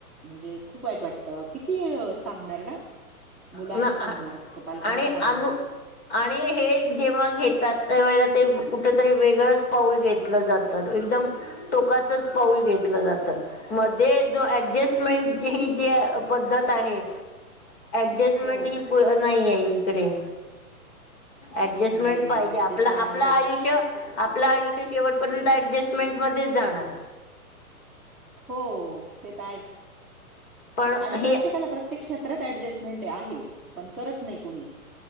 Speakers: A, in the centre; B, on the left (about 45°).
A: म्हणजे खूप वाईट वाटत. किती सांगणार ना. मुलांना
B: ना
A: सांगणार. का, पालकांना
B: आणि
A: सांगणार.
B: अनु आणि, हे जेव्हा घेतात त्या वेळेला ते कुठेतरी वेगळच पाऊल घेत जात, एकदम टोकाचच पाऊल घेतल जात. मध्ये जो ऍडजेस्टमेंट ही जी पद्धत आहे ऍडजस्टमेंट
A: हो.
B: हि नाही आहे इकडे. ऍडजस्टमेंट
A: नाही, नाही
B: पाहिजे
A: ॲडजस्टमेंट
B: आपल, आपलं
A: नाहीच.
B: आयुष्यं. आपलं आयुष्य शेवटपर्यंत ऍडजस्टमेंटमध्येच जाणार.
A: हो ते तर आहेच,
B: पण
A: आणि
B: हे
A: प्रत्येकाला प्रत्य प्रत्येक क्षेत्रात ऍडजस्टमेंट आहे, पण करत नाही कोणी.